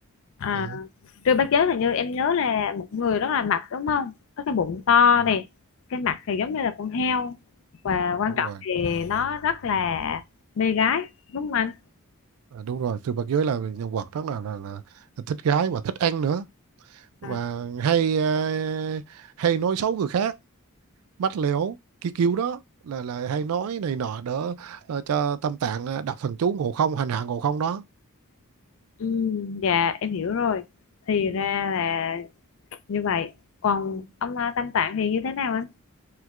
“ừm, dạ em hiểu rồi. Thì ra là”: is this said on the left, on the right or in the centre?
Left